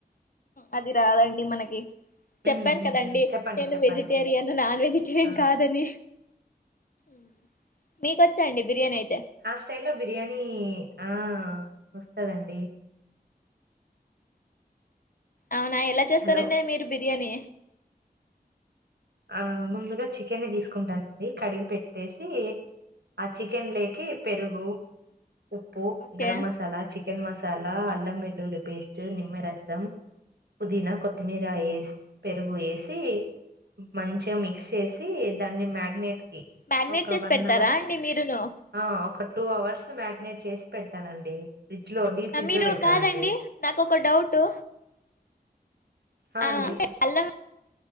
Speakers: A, on the left; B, on the right.
A: అది రాదండి మనకి
B: హ్మ్.
A: చెప్పాన్
B: హ్మ్.
A: కదండి
B: హ్మ్. చెప్పండి.
A: నేను
B: చెప్పండి.
A: వెజిటేరియన్ నాన్ వెజిటేరియన్
B: ఆ!
A: కాదని మ్ మీకొచ్చా అండి బిర్యానీ అయితే
B: స్టైల్లో బిర్యానీ ఆ వస్తదండి
A: అవునా ఎలా చేస్తారండి
B: హలో!
A: మీరు బిర్యానీ
B: ఆ ముందుగా చికెన్ న్ని తీసుకుంటానండి కడిగి పెట్టేసి ఆ చికెన్ ల కి పెరుగు ఉప్పు
A: ఓకే
B: గరం మసాలా చికెన్ మసాలా అల్లం వె ల్లులి పేస్టు నిమ్మరసం పుదీనా కొత్తిమీర ఏసి పెరుగు ఏసి మంచిగా మిక్స్ చేసి దాన్ని మ్యార్నేట్
A: మ్యాగ్నేట్
B: ఒక
A: చేసి
B: వన్
A: పెడతారా
B: అవర్
A: అండి మీరును
B: ఆ ఒక టూ అవర్స్ మ్యార్నేట్ చేస్ పెడతానండి ఫ్రిడ్జ్‌లో డీప్ ఫ్రిడ్జ్‌లో
A: మీరు
B: పెడతానండి.
A: కాదండి నాకు ఒక డౌటూ
B: ఆ!
A: అంటే
B: అండి.
A: అల్లం